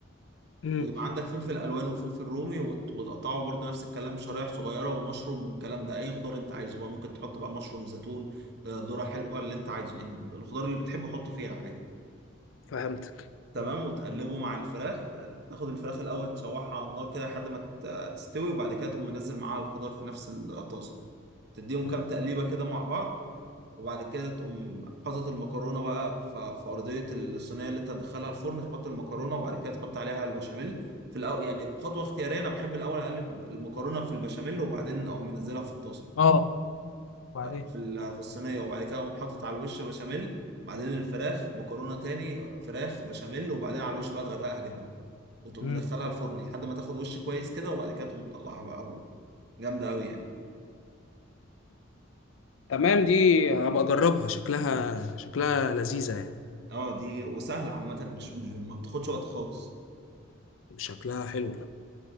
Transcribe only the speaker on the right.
ويبقى عندك فلفل ألوان وفلفل رومي وت- وتقطعه برضه نفس الكلام شرايح صغيرة ومشروم والكلام ده أي خضار أنت عايزه بقى ممكن تحط بقى مشروم زيتون آه، ذرة حلوة اللي أنت عايزه يعني الخضار اللي بتحبه حطه فيها عادي
تمام
وتقلبه مع الفراخ آه، تاخد الفراخ الأول تشوحها على النار كده لحد ما ت- تستوي وبعد كده تقوم منزل معاها الخضار في نفس الطاسة تديهم
كام تقليبة كده مع بعض وبعد كده تقوم حاطط المكرونة بقى ف- في أرضية الصينية اللي أنت هتدخلها الفرن تحط المكرونة وبعد كده تحط عليها البشاميل في الأول يعني خطوة اختيارية أنا بحب الأول أقلب المكرونة في البشاميل وبعدين أقوم منزلها في الطاسة
في ال- في الصينية وبعد كده أقوم حاطط على الوش بشاميل بعدين الفراخ مكرونة تاني فراخ بشاميل وبعدين على الوش بقى تغرقها جدا وتقوم
مدخلها الفرن لحد ما تاخد وش كويس كده وبعد كده تقوم تطلعها بقى و- جامدة أوي يعني
اه دي وسهله عامه مش مش ما بتاخدش وقت خالص